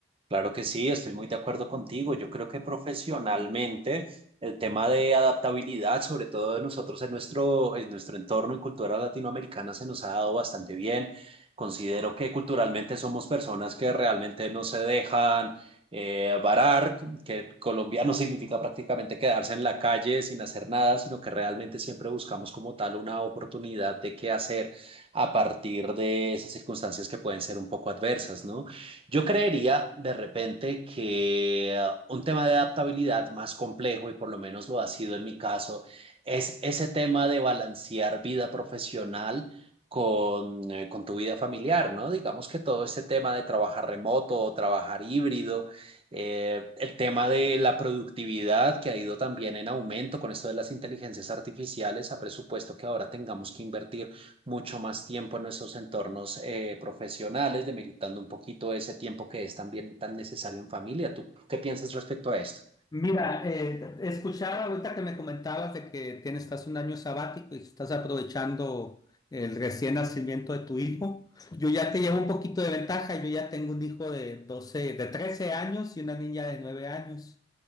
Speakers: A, on the right; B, on the left.
A: Claro que sí, estoy muy de acuerdo contigo. Yo creo que profesionalmente el tema de adaptabilidad, sobre todo de nosotros en nuestro, en nuestro entorno y cultura latinoamericana, se nos ha dado bastante bien. Considero que culturalmente somos personas que realmente no se dejan eh, varar, que colombiano significa prácticamente quedarse en la calle sin hacer nada, sino que realmente siempre buscamos como tal una oportunidad de qué hacer a partir de esas circunstancias que pueden ser un poco adversas, ¿no? Yo creería de repente que uh, un tema de adaptabilidad más complejo, y por lo menos lo ha sido en mi caso, es ese tema de balancear vida profesional con, eh, con tu vida familiar, ¿no? Digamos que todo ese tema de trabajar remoto o trabajar híbrido, eh, el tema de la productividad que ha ido también en aumento con esto de las inteligencias artificiales, ha presupuesto que ahora tengamos que invertir mucho más tiempo en nuestros entornos eh, profesionales, demeritando un poquito ese tiempo que es también tan necesario en familia. ¿Tú qué piensas respecto a esto?
B: Mira, eh, escuchaba ahorita que me comentabas de que tienes, estás un año sabático y estás aprovechando el recién nacimiento de tu hijo. Yo ya te llevo un poquito de ventaja, yo ya tengo un hijo de 12, de 13 años y una niña de 9 años,